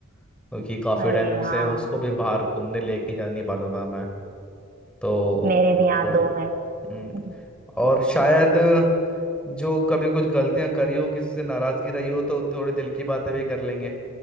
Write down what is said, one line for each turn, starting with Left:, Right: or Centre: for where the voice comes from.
Centre: क्योंकि काफी
Right: अरे
Centre: टाइम
Right: हाँ
Centre: से उसको भी बाहर घूमने लेके जा नहीं पाता था मैं तो
Right: मेरे भी यहाँ
Centre: थोड़े
Right: दो हैं
Centre: हम्म
Right: <laughs>
Centre: और शायद जो कभी कुछ गलतियां करी हो किसी से नाराजगी रही हो तो थोड़ी दिल की बातें भी कर लेंगे